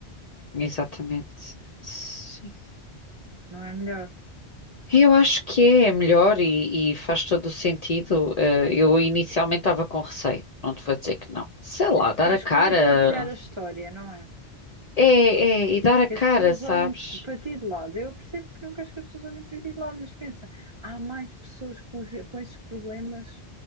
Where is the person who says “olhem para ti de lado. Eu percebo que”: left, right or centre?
Right